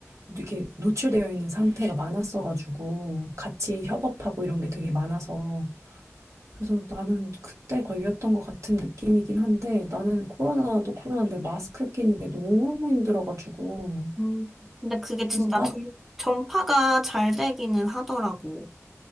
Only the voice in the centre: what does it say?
음, 근데 그게 진짜
전, 전파가 잘 되기는 하더라고.